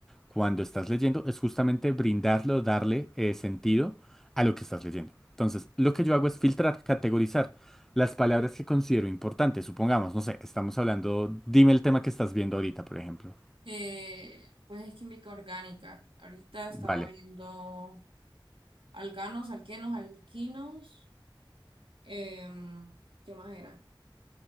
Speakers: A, in the centre; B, on the right.
A: cuando estás leyendo es justamente brindarle o darle eh, sentido a lo que estás leyendo. Entonces, lo que yo hago es filtrar, categorizar las palabras que considero importantes. Supongamos, no sé, estamos hablando, dime el tema que estás viendo ahorita, por ejemplo.
B: Eh, pues es química orgánica. Ahorita estaba
A: Vale,
B: viendo alcanos, alquenos, alquinos. em, ¿qué más era?